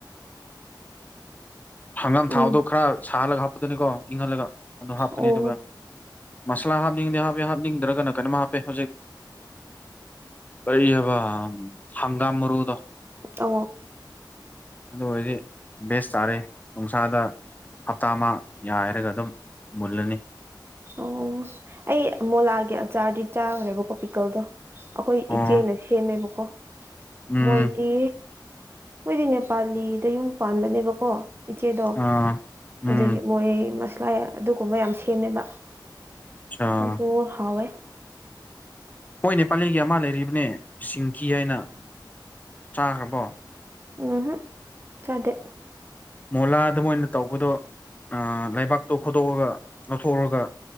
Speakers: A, on the left; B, on the right.
A: ꯍꯪꯒꯥꯝ
B: ꯎꯝ
A: ꯊꯥꯎꯗꯣ ꯈꯔ ꯁꯥꯍꯜꯂꯒ ꯍꯥꯞꯄꯗꯨꯅꯤꯀꯣ ꯏꯪꯍꯜꯂꯒ ꯑꯗꯨꯣ ꯍꯥꯞꯀꯅꯤ
B: ꯑꯣ
A: ꯑꯗꯨꯒ ꯃꯁꯂꯥ ꯍꯥꯞꯅꯤꯡꯗꯦ ꯍꯥꯞꯄꯦ ꯍꯥꯞꯅꯤꯡꯗ꯭ꯔꯒꯅ ꯀꯩꯅꯝ ꯍꯥꯞꯄꯦ ꯍꯧꯖꯤꯛ ꯀꯩ ꯍꯥꯏꯕ ꯍꯪꯒꯥ ꯃꯔꯨꯗ
B: ꯑ
A: ꯑꯗꯨ ꯑꯣꯏꯔꯗꯤ ꯕꯦꯁ ꯇꯥꯔꯦ ꯅꯨꯡꯁꯥꯗ ꯍꯞꯇꯥ ꯑꯃ ꯌꯥꯏꯔꯒ ꯑꯗꯨꯝ ꯃꯣꯜꯂꯅꯤ
B: ꯑꯣ ꯑꯩ ꯑꯃꯨ ꯂꯥꯛꯑꯒꯦ ꯑꯆꯥꯥꯔꯗꯤ ꯆꯥꯈ꯭ꯔꯦꯕꯀꯣ ꯄꯤꯀꯜꯗꯣ ꯑꯩꯈꯣꯏ
A: ꯑꯣ
B: ꯏꯆꯦꯅ ꯁꯦꯝꯃꯦꯕꯀꯣ
A: ꯎꯝ
B: ꯃꯣꯏꯗꯤ ꯃꯣꯏꯗꯤ ꯅꯦꯄꯥꯂꯤꯗ ꯌꯨꯝ ꯄꯥꯟꯕꯅꯦꯕꯀꯣ ꯏꯆꯦꯗꯣ
A: ꯑꯥ
B: ꯑꯗꯨꯗꯒꯤ
A: ꯎꯝ
B: ꯃꯣꯔꯦ ꯃꯁꯂꯥ ꯑꯗꯨꯒꯨꯝꯕ ꯌꯥꯝ ꯁꯦꯝꯃꯦꯕ
A: ꯑꯆꯥ
B: ꯑꯗꯨꯗꯣ ꯍꯋꯥꯦ
A: ꯍꯣꯏꯅꯦ ꯄꯥꯂꯒꯤ ꯑꯃ ꯂꯩꯔꯤꯕꯅꯦ ꯁꯤꯡꯀꯤ ꯍꯥꯏꯅ ꯆꯥꯈ꯭ꯔꯕꯣ
B: ꯎꯝꯍꯝ ꯆꯗꯦ
A: ꯃꯣꯂꯥꯗ ꯃ ꯑꯣꯏꯅ ꯇꯧꯕꯗꯣ ꯂꯩꯕꯥꯛꯇꯣ ꯈꯣꯠꯇꯣꯛꯑꯒ ꯂꯧꯊꯣꯛꯔꯒ